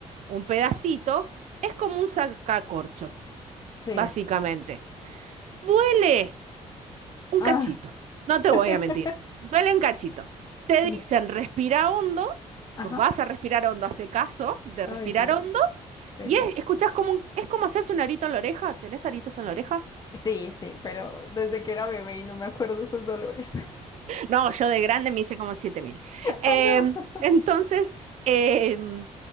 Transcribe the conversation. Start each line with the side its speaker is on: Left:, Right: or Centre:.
Right: un pedacito, es como un sacacorcho,
Left: Sí.
Right: básicamente. Duele, Un
Left: Ah.
Right: cachito, no te
Left: <laughs>
Right: voy a mentir. Duele un cachito. Te
Left: Y,
Right: dicen respira hondo,
Left: ajá.
Right: vos vas a respirar hondo, hace caso de
Left: Ay,
Right: respirar
Left: Dios.
Right: hondo,
Left: Sí.
Right: y es, escuchás como un- es como hacerse un arito en la oreja. ¿Tenés aritos en la oreja?
Left: Sí, sí, pero desde que era bebé y no me acuerdo esos dolores. <laughs>
Right: No, yo de grande me hice como 7000. Em,
Left: Ay, no.
Right: entonces, em,